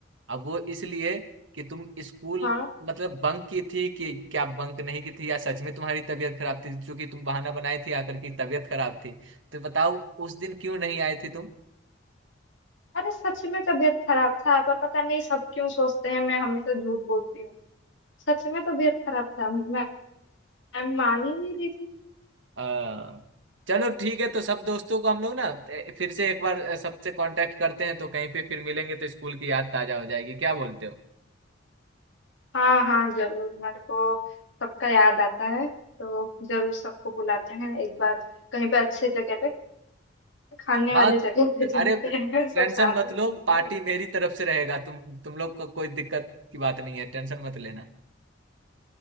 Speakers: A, on the right; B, on the left.
A: अब वो इसलिए कि तुम स्कूल
B: हाँ
A: मतलब बंक की थी कि क्या बंक नहीं की थी या सच में तुम्हारी तबीयत खराब थी क्योंकि तुम बहाना बनाए थे आकर की तबीयत खराब थी तो बताओ उस दिन क्यों नहीं आए थे तुम
B: अरे सच में तबीयत खराब था पर पता नहीं सब क्यों सोचते हैं मैं हमेशा झूठ बोलती हूँ सच में तबीयत खराब था मैं, मैं मान ही नहीं रही थी
A: आ, चलो ठीक है तो सब दोस्तों को हम लोग ना ए, फिर से एक बार ए, सबसे कांटेक्ट करते हैं तो कहीं पे फिर मिलेंगे तो स्कूल की याद ताजा हो जाएगी क्या बोलते हो
B: हाँ हाँ जरूर मेरे को सबका याद आता है तो जरूर सबको बुलाते हैं एक बार कहीं पे अच्छे जगह पे खाने
A: हाँ
B: वाले जगह <laughs> पे
A: अरे
B: चलते हैं सब
A: टेंशन
B: साथ
A: मत
B: में
A: लो
B: खाते
A: पार्टी
B: हैं
A: मेरी तरफ से रहेगा तुम तुम लोग को कोई दिक्कत की बात नहीं है टेंशन मत लेना